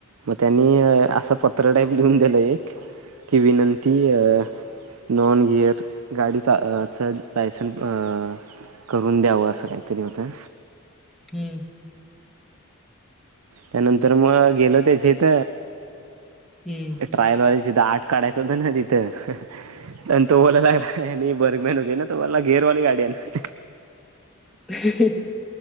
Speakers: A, on the right; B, in the centre.
A: मग त्यांनी असं पत्र टाईप लिहून दिलं एक. की विनंती अ नॉन गिअर गाडी च चल लायसन अ करून द्यावं असं काहीतरी होतं.
B: हम्म.
A: त्यानंतर मग गेलो त्याच्या इथ
B: हम्म
A: ट्रयल वाइज जिथ आठ काढायचं होत ना तिथं तो बोला लागलाय आणि बर्गमॅन <unintelligible> गेर वाली गाडी आणला.
B: ह ह ह.